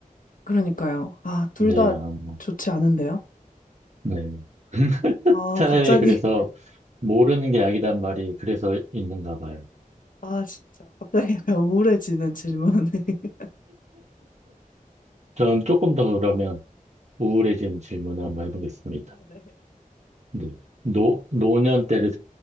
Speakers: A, on the left; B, on the right.
A: 그러니까요. 아, 둘
B: 네,
A: 다
B: 아마,
A: 좋지 않은데요?
B: 네. <laughs>
A: 아,
B: 차라리
A: 갑자기,
B: 그래서 모르는 게 약이란 말이 그래서 있는가 봐요.
A: 아, 진짜, 갑자기 약간 우울해지는 질문이. <laughs>
B: 저는 조금 더 그러면 우울해지는 질문을 한번 해보겠습니다.
A: 아, 네.
B: 네. 노, 노년 때를